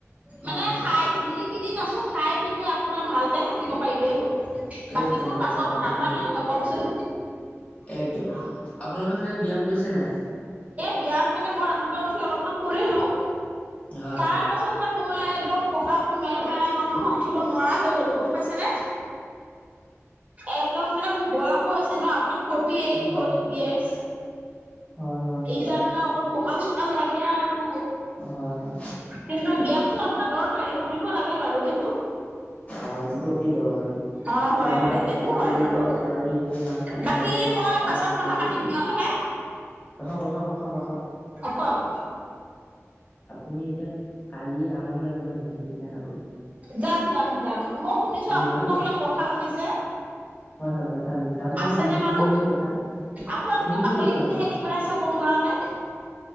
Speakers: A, on the left; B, on the right.
A: হয়
B: মানে
A: হয়
B: খাই যি কেইদিন আছো খাই পিনি আপোনাৰ ভালকে থাকিব পাৰিলেই হ'ল বাকীবোৰ
A: একদম
B: পাছৰ
A: একদম আপুনি
B: কথা হয়
A: এক
B: নে নহয় কওকচোন
A: একদম আপোনালোক চাইডে ব্যায়াম কৰিছে নাই
B: ব্যয়াম মানে মই ৰাতিপুৱা উঠি অলপমান কৰিলোঁ
A: হয়
B: তাৰ পাছত হে মই <unintelligible> মেৰ মেৰাই গল নহয় উঠিব নোৱাৰা হৈ গলো গম পাইছে নে একদম মানে মোক বয়সো হৈছে ন আপোনাৰ ফৰ্টি এইট
A: হয়
B: হল
A: হয়
B: ইয়াৰ্চ
A: হয় হয় হয়
B: এতিয়া মানে অকণ সকাল চকাল লাগে আৰু
A: হয় হয়
B: কিন্তু ব্যয়ামটো দহ চাৰি ফুৰিব লাগে বাৰু সেইটো
A: অ সেইটোতো অতি দৰকাৰী
B: অ
A: এইটো
B: হয়
A: আমাৰ
B: হয় সেইটো
A: শৰীৰৰ
B: হয় বাৰু
A: শাৰীৰিকভাৱে মানসিকভাৱে
B: বাকী মই
A: আমাক
B: পাছত
A: প্ৰস্তুতি
B: কথা পাতিম
A: দিয়ে
B: দিয়ক হে
A: ৰখক ৰখক ৰখক ৰখক
B: কওক
A: আপুনি এতিয়া কালি আমাৰ ঘৰলৈ আহিব নাহে মিঠাই খাবলৈ
B: যাম যাম যাম মই শুনিছো
A: আহিব
B: আপোনালোকৰ
A: দেই
B: বোলাক কঠাঁল আনিছে
A: হয় হয় কঁঠাল আনিছে আপোনালোকক
B: আছেনে
A: দি দিলো
B: বাৰু
A: নহয় আমি কঁঠাল
B: আপোনালোকে
A: এ দিব
B: বাকলি
A: দি আছো
B: খিনিহে
A: আপোনাক
B: দি পথাইছে গৰু কাৰণে